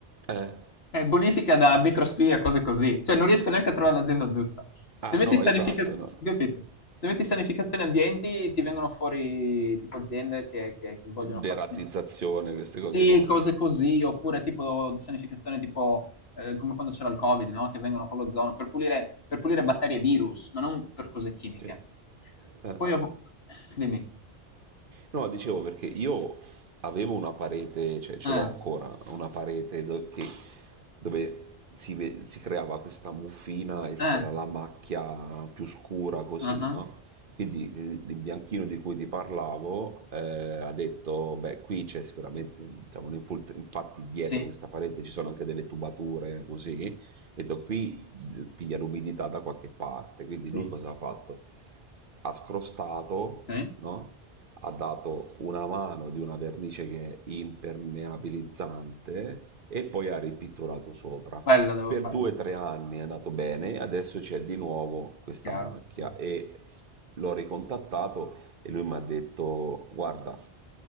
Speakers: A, on the right; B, on the left.
A: eh.
B: Eh, bonifica da microspia, cose così. Cioè, non riesco neanche a trovare l'azienda giusta. Se
A: Ah
B: metti
A: no,
B: sanificazione,
A: esatto, no.
B: capito? Se metti sanificazione ambienti, ti vengono fuori tipo aziende che, che- che vogliono
A: Deratizzazione,
B: fare sanif-
A: queste
B: Sì,
A: cose qua.
B: cose così, oppure tipo di sanificazione tipo eh, come quando c'era il Covid, no? Che vengono con l'ozono per pulire, per pulire batterie e virus, ma non per cose chimiche.
A: Sì. eh.
B: Poi ho... Dimmi.
A: No, dicevo perché io avevo una parete, cioè ce
B: Eh,
A: l'ho ancora, una parete do- che- dove si, ve- si creava questa muffina e c'era
B: eh,
A: la macchia più scura così,
B: ah
A: no?
B: ah,
A: Quindi il il bianchino di cui ti parlavo eh, ha detto, beh, qui c'è sicuramente, diciamo, un infult- infatti dietro
B: Sì,
A: questa parete ci sono anche delle tubature così, e detto qui eh, piglia l'umidità da qualche parte, quindi
B: sì,
A: lui cosa ha fatto? ha scrostato,
B: sì.
A: no? ha dato una mano di una vernice che è impermeabilizzante e poi ha ripitturato sopra.
B: Quello devo
A: Per
B: farlo,
A: due o tre anni è andato bene, adesso c'è di nuovo questa
B: chiaro.
A: macchia
B: Mm.
A: e l'ho ricontattato e lui mi ha detto guarda